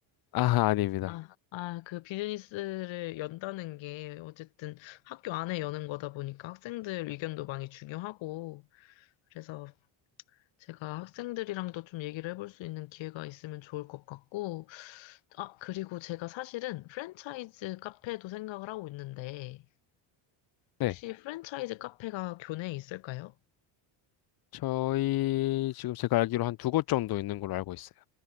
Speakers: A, on the left (about 50°); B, on the left (about 65°).
A: 아, <laughs> 아닙니다.
B: 아, 아, 그 비즈니스를 연다는 게 어쨌든 학교 안에 여는 거다 보니까 학생들 의견도 많이 중요하고, 그래서 제가 학생들이랑도 좀 얘기를 해볼 수 있는 기회가 있으면 좋을 것 같고, 아, 그리고 제가 사실은 프랜차이즈 카페도 생각을 하고 있는데,
A: 네.
B: 혹시 프랜차이즈 카페가 교내에 있을까요?
A: 저희 지금 제가 알기로 한 두 곳 정도 있는 걸로 알고 있어요.